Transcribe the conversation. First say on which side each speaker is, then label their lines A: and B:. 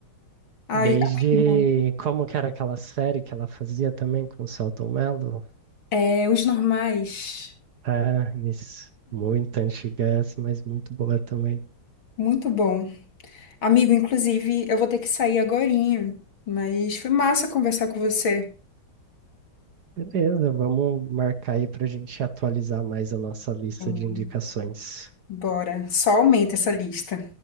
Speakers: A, on the right; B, on the left.
A: Desde
B: Ai, amigo,
A: como que era aquela série que ela fazia também com o Selton Mello?
B: é, Os Normais,
A: Ah, isso. Muito antiga essa, mas muito boa também.
B: muito bom. Amigo, inclusive, eu vou ter que sair agorinha, mas foi massa conversar com você.
A: Beleza, vamos marcar aí para a gente atualizar mais a nossa lista
B: Hum,
A: de indicações.
B: Bora, só aumenta essa lista.